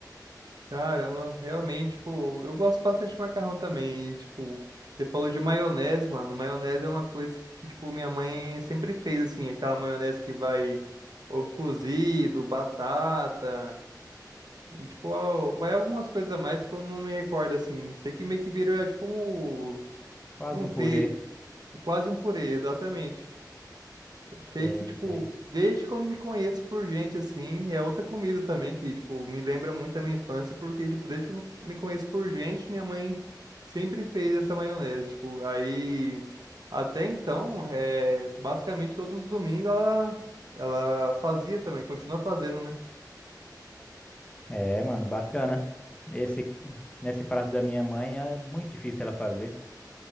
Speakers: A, on the right (about 65°); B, on the left (about 15°).
A: Caramba, realmente, tipo, eu gosto bastante de macarrão também. E, tipo, você falou de maionese, mano. Maionese é uma coisa que, tipo, minha mãe sempre fez, assim, aquela maionese que vai ovo cozido, batata. E, tipo, al- vai algumas coisas a mais que eu não me recordo, assim. Sei que meio que vira, tipo, um,
B: Quase
A: um
B: um
A: fake,
B: purê.
A: quase um purê, exatamente. Fake,
B: Sei,
A: tipo,
B: sei.
A: desde quando me conheço por gente, assim, é outra comida também que, tipo, me lembra muito da minha infância, porque, tipo, desde quando me conheço por gente, minha mãe sempre fez essa maionese, tipo, aí, até então, é, basicamente todos os domingos ela, ela fazia também, continua fazendo, né?
B: É, mano, bacana. Esse, nesse prato da minha mãe é muito difícil ela fazer.